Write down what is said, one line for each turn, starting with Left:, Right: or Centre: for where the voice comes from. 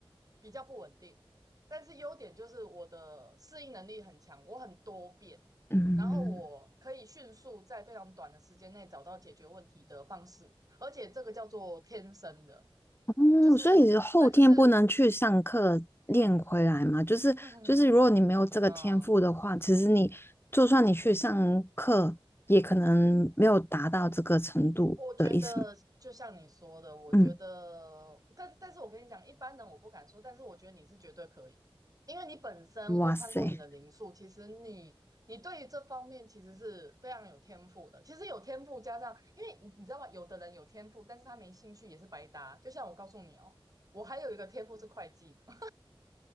Right: 比较不稳定，但是优点就是我的适应能力很强，我很多变，
Left: 嗯，
Right: 然后我可以迅速在非常短的时间内找到解决问题的方式，而且这个叫做天生的，
Left: 哦，
Right: 就是反正就是，
Left: 所以后天不能去上课练回来嘛？就是就是，
Right: <laughs>
Left: 如果你没有这个天赋的话，
Right: 嗯。
Left: 其实你就算你去上课，也可能没有达到这个程度的意思吗。
Right: 我觉得就像你说的，我觉得，
Left: 嗯，
Right: 但但是我跟你讲，一般人我不敢说，但是我觉得你是绝对可以的，因为你本身我看过你的零数，
Left: 哇塞，
Right: 其实你你对于这方面其实是非常有天赋的。其实有天赋加上，因为你你知道吗？有的人有天赋，但是他没兴趣也是白搭。就像我告诉你哦，我还有一个天赋是会计呢